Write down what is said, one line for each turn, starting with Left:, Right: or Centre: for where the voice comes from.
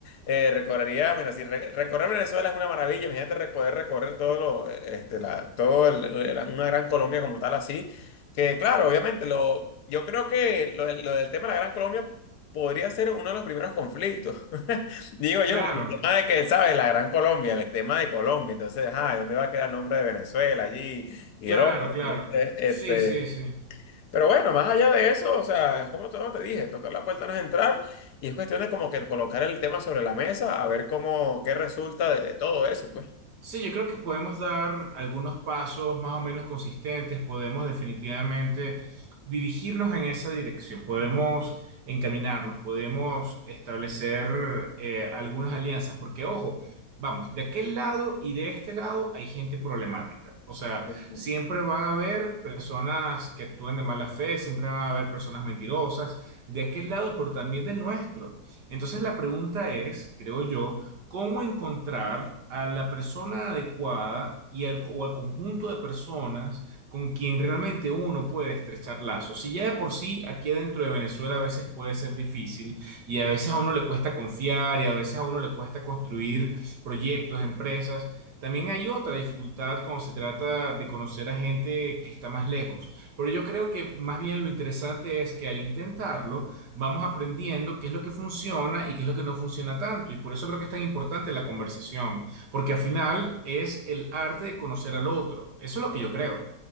Left: eh, recorrería, mira, si re- recorrer Venezuela es una maravilla, imagínate re- poder recorrer todo lo, eh, este, la, todo el- el- una gran Colombia como tal así, que claro, obviamente, lo, yo creo que lo, del lo del tema de la Gran Colombia podría ser uno de los primeros conflictos, <laughs> digo
Right: Claro,
Left: yo, por el tema de que, ¿sabes? La Gran Colombia, el tema de Colombia, entonces, ajá, ¿dónde va a quedar el nombre de Venezuela allí y
Right: claro,
Left: el otro?
Right: claro.
Left: Entonces, este...
Right: Sí, sí, sí.
Left: Pero bueno, más allá de eso, o sea, es como todo te dije, tocar la puerta no es entrar y es cuestión de como que colocar el tema sobre la mesa, a ver cómo, qué resulta de, de todo eso, pues.
Right: Sí, yo creo que podemos dar algunos pasos más o menos consistentes, podemos definitivamente dirigirnos en esa dirección, podemos encaminarnos, podemos establecer eh, algunas alianzas, porque ojo, vamos, de aquel lado y de este lado hay gente problemática, o sea,
Left: Ujú.
Right: siempre van a haber personas que actúen de mala fe, siempre van a haber personas mentirosas, de aquel lado, pero también del nuestro. Entonces la pregunta es, creo yo, cómo encontrar a la persona adecuada y al, o al conjunto de personas con quien realmente uno puede estrechar lazos. Si ya de por sí aquí dentro de Venezuela a veces puede ser difícil y a veces a uno le cuesta confiar y a veces a uno le cuesta construir proyectos, empresas. También hay otra dificultad cuando se trata de conocer a gente que está más lejos. Pero yo creo que más bien lo interesante es que al intentarlo, vamos aprendiendo qué es lo que funciona y qué es lo que no funciona tanto. Y por eso creo que es tan importante la conversación, porque al final es el arte de conocer al otro. Eso es lo que yo creo.